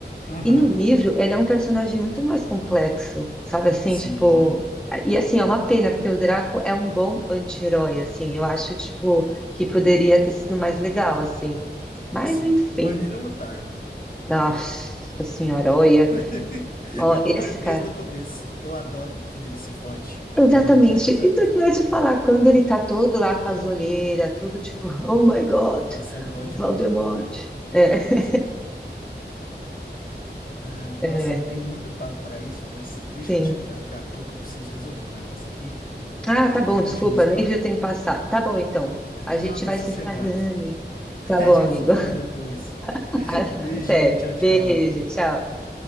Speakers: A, on the left (about 55°); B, in the centre.
A: Aham.
B: E no livro, ele é um personagem muito mais complexo, sabe assim,
A: Sim,
B: tipo, e assim, é uma pena, porque o Draco é um bom anti-herói, assim, eu acho, tipo, que poderia ter sido mais legal, assim. Mas,
A: sim.
B: enfim,
A: O pai dele é um otário.
B: nossa senhora, olha,
A: <laughs>
B: ó,
A: E é o otário
B: esse cara,
A: desde o começo. Eu adoro quando ele se fode.
B: exatamente,
A: Eu dou muita risada.
B: isso que eu ia te falar, quando ele tá todo lá com as olheiras, todo tipo, oh my God,
A: Nossa, é bom
B: Voldemort,
A: demais, velho.
B: é,
A: Sim. Ah, nossa,
B: é,
A: tem muito papo pra isso, mas deixa
B: sim.
A: eu te ligar daqui a pouco. Eu preciso resolver um negócio aqui
B: Ah,
A: e
B: tá
A: a
B: bom,
A: gente
B: desculpa,
A: continua esse
B: nem
A: papo.
B: vi o tempo passar. Tá bom, então. A
A: Não,
B: gente
A: tá
B: vai
A: sossegado.
B: se falando.
A: <laughs>
B: Tá
A: A
B: bom,
A: gente
B: amigo.
A: se fala depois.
B: <laughs>
A: Beijinho,
B: Até.
A: tchau, tchau.
B: Beijo, tchau.